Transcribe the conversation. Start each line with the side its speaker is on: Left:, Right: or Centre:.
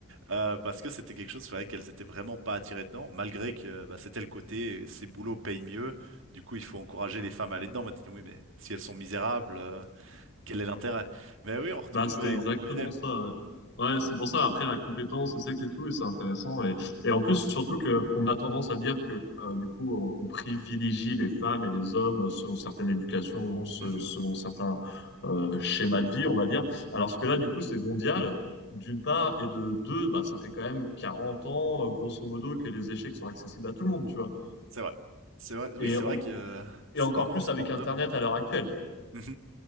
Right: euh, parce que c'était quelque chose, c'est vrai qu'elles étaient vraiment pas attirées dedans, malgré que bah, c'était le côté, ces boulots payent mieux, du coup il faut encourager les femmes à aller dedans. Mais t'es- dit, oui, mais si elles sont misérables... euh, quel est l'intérêt? Mais oui, on retrouve,
Left: Bah, c'est
Right: euh,
Left: exactement
Right: on retrouve l'idée.
Left: ça. Ouais, Ouais, c'est pour ça, après, la compétence, le sexe et tout, et c'est intéressant. Et, et en plus, surtout que on a tendance à dire que, euh, du coup, on, on privilégie les femmes et les hommes selon certaines éducations, se-
Right: Mhm.
Left: selon certains euh, schémas de vie, on va dire. Alors ce que là, du coup, c'est mondial, d'une part, et de deux, bah, ça fait quand même 40 ans, euh, grosso modo, que les échecs sont accessibles à tout le monde, tu vois.
Right: C'est vrai. C'est vrai. Oui,
Left: Et,
Right: c'est
Left: en-
Right: vrai que euh, c'est
Left: et encore
Right: vraiment
Left: plus
Right: un sport
Left: avec Internet
Right: d'homme.
Left: à l'heure actuelle.
Right: Mhm.